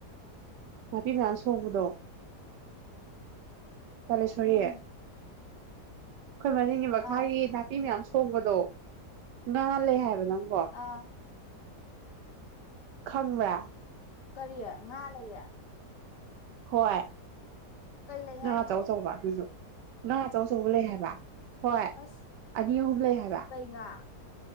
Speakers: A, on the right; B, on the left.
A: ꯅꯥꯄꯤ ꯃꯌꯥꯝ ꯁꯣꯡꯕꯗꯣ ꯀꯂꯦꯁꯣꯔꯤ
B: ꯎꯝ
A: ꯑꯩꯈꯣꯏ ꯃꯅꯤꯡꯒꯤ ꯃꯈꯥꯒꯤ
B: ꯑꯥ
A: ꯅꯥꯄꯤ ꯃꯌꯥꯝ ꯁ ꯁꯣꯡꯕꯗꯣ ꯉꯥꯂꯩ ꯍꯥꯏꯕꯅꯦ ꯪꯅꯪꯕꯣ
B: ꯑꯥ
A: <unintelligible> ꯈꯪꯕ꯭ꯔꯥ
B: ꯀꯔꯤꯌꯦ ꯉꯥ ꯂꯩꯌꯦ
A: ꯍꯣꯏ
B: ꯀꯩ ꯂꯩ
A: ꯉꯥ
B: ꯍꯥꯏꯅꯣ
A: ꯑꯆꯧ ꯑꯆꯧꯕ ꯑꯗꯨꯁꯨ ꯉꯥ ꯑꯆꯧ ꯑꯆꯧꯕ ꯂꯩ ꯍꯥꯏꯕ ꯍꯣꯏ
B: ꯑꯁ
A: ꯑꯅꯤ ꯑꯍꯨꯝ ꯂꯩ ꯍꯥꯏꯕ
B: ꯀꯩ ꯉꯥ